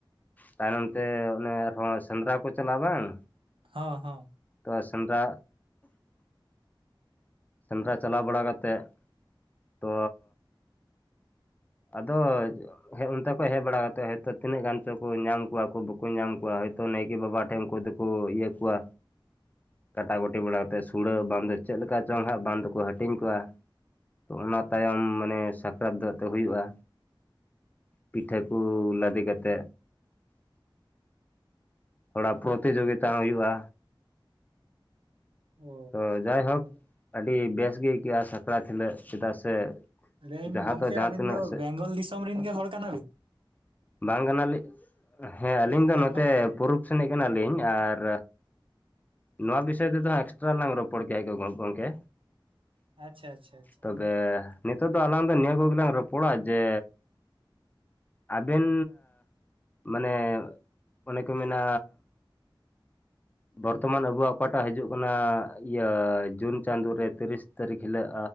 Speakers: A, on the left; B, on the right.
A: ᱛᱟᱭᱱᱚᱢ ᱛᱮ ᱚᱱᱮ ᱟᱨᱦᱚᱸ ᱥᱮᱸᱫᱽᱨᱟ ᱠᱚ ᱪᱟᱞᱟᱜᱼᱟ ᱵᱟᱝ
B: ᱦᱚᱸ ᱦᱚᱸ
A: ᱛᱚ <unintelligible> ᱥᱮᱸᱫᱽᱨᱟ ᱥᱮᱸᱫᱽᱨᱟ ᱪᱟᱞᱟᱣ ᱵᱟᱲᱟ ᱠᱟᱛᱮᱫ ᱛᱚ᱾ ᱟᱫᱚ ᱚᱱᱛᱮ ᱠᱷᱚᱱ ᱦᱮᱡ ᱵᱟᱲᱟ ᱠᱟᱛᱮᱫ ᱦᱚᱭᱛᱳ, ᱛᱤᱱᱟᱹᱜ ᱜᱟᱱ ᱪᱚ ᱠᱚ ᱧᱟᱢ ᱠᱚᱣᱟ᱾ ᱵᱟᱠᱚ ᱧᱟᱢ ᱠᱚᱣᱟ᱾ ᱦᱳᱭ ᱛᱚ ᱱᱟᱭᱠᱮ ᱵᱟᱵᱟ ᱴᱷᱮᱱ ᱩᱱᱠᱩ ᱫᱚᱠᱚ ᱤᱭᱟᱹ ᱠᱚᱣᱟ᱾ ᱠᱟᱴᱟ ᱜᱩᱴᱤ ᱵᱟᱲᱟ ᱠᱟᱛᱮᱫ ᱥᱩᱲᱟᱹ ᱵᱟᱝ ᱫᱚ ᱪᱮᱫ ᱞᱮᱠᱟ ᱪᱚᱝ ᱦᱟᱸᱜ ᱵᱟᱝ ᱫᱚᱠᱚ ᱦᱟᱹᱴᱤᱧ ᱠᱚᱣᱟ? ᱛᱚ ᱚᱱᱟ ᱛᱟᱭᱚᱢ ᱢᱟᱱᱮ ᱥᱟᱠᱨᱟᱛ ᱦᱩᱭᱩᱜᱼᱟ᱾ ᱯᱤᱴᱷᱟᱹ ᱠᱚ ᱞᱟᱫᱮ ᱠᱟᱛᱮ ᱛᱷᱚᱲᱟ ᱯᱨᱚᱛᱤ ᱡᱩᱜᱤᱛᱟ ᱦᱩᱭᱩᱜᱼᱟ᱾
B: ᱚ
A: ᱛᱚ ᱡᱟᱭᱦᱳᱠ ᱟᱹᱰᱤ ᱵᱮᱥ ᱜᱮ ᱟᱹᱭᱠᱟᱹᱜᱼᱟ᱾ ᱥᱟᱠᱨᱟᱛ ᱦᱤᱞᱳᱜ ᱪᱮᱫᱟᱜ ᱥᱮ
B: ᱞᱟ. ᱭ ᱤᱧ
A: ᱡᱟᱦᱟᱸ
B: ᱜᱚᱢᱠᱮ,
A: ᱫᱚ ᱡᱟᱦᱟᱸ
B: ᱟᱹᱵᱤᱱ
A: ᱛᱤᱱᱟᱹᱜ
B: ᱫᱚ
A: ᱥᱮ
B: ᱵᱮᱝᱜᱚᱞ ᱫᱤᱥᱚᱢ ᱨᱮᱱ ᱜᱮ ᱦᱚᱲ ᱠᱟᱱᱟᱵᱤᱱ
A: ᱵᱟᱝ ᱠᱟᱱᱟᱞᱤᱧ᱾ ᱦᱮᱸ
B: ᱟᱫᱚ
A: ᱟᱹᱞᱤᱧ ᱫᱚ
B: ᱡᱷᱟᱲᱠᱷᱚᱸᱰ
A: ᱱᱚᱛᱮ ᱯᱩᱨᱩ ᱥᱮᱱᱮᱫ ᱠᱟᱱᱟᱞᱤᱧ ᱟᱨ ᱱᱚᱣᱟ ᱵᱤᱥᱚᱭ ᱛᱮᱫᱚ ᱮᱠᱥᱴᱨᱟ ᱞᱟᱝ ᱨᱚᱯᱚᱲ ᱠᱮᱭᱟ ᱜᱚᱢᱠᱮ᱾
B: ᱟᱪᱪᱷᱟ ᱟᱪᱪᱷᱟ ᱟᱪᱪᱷᱟ
A: ᱛᱚᱵᱮ ᱱᱤᱛᱚᱜ ᱫᱚ ᱟᱞᱟᱝ ᱫᱚ ᱱᱤᱭᱟᱹ ᱠᱚ ᱜᱮᱞᱟᱝ ᱨᱚᱯᱚᱲᱟ ᱡᱮ ᱟᱵᱮᱱ, ᱢᱟᱱᱮ ᱚᱱᱮ ᱠᱚ ᱢᱮᱱᱟ᱾ ᱵᱚᱨᱛᱚ ᱢᱟᱱ ᱟᱵᱚᱣᱟᱜ ᱚᱠᱟᱴᱟᱜ ᱦᱤᱡᱩᱜ ᱠᱟᱱᱟ ᱤᱭᱟᱹ ᱡᱩᱱ ᱪᱟᱸᱫᱳ ᱨᱮ ᱛᱤᱨᱤᱥ ᱛᱟᱹᱨᱤᱠᱷ ᱦᱤᱞᱳᱜ